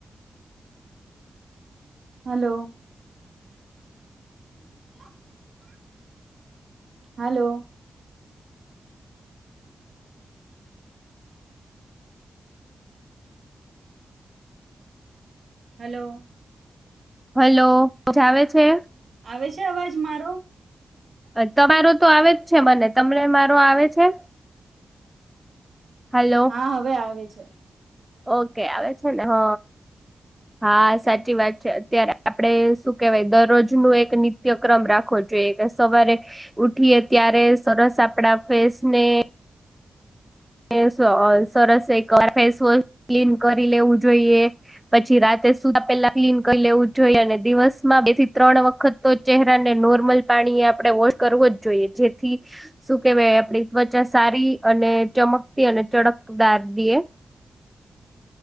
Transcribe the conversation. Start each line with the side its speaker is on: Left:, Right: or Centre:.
Right: Hello. <unintelligible> હાલો. હલો.
Centre: હલોજ આવે છે.?
Right: આવે છે અવાજ મારો?
Centre: તમારો તો આવે જ છે, ને તમને મારો આવે છે? હલો
Right: હા હવે આવે છે.
Centre: ઓકે આવે છે ને હ હા સાચી વાત છે અત્યારે આપડે શું કેહેવાય દરરોજ નું એક નિત્યક્રમ રાખો જોઈ સવારે ઉઠીએ ત્યારે સરસ આપડા ફેસને એ સરસ એક ફેસવોશ ક્લીન કરી લેવું જોઈએ પછી રાતે સુધ પેલા ક્લીન કરી લેવું જોઈએ. અને દિવસમાં બે થી ત્રણ વખત તો ચહેરાને નોર્મલ પાણીએ આપણે વોશ કરવો જ જોઈએ જે થી શું કેવાય આપડી ત્વચા સારી અને ચમકતી અને ચડક દાર દએ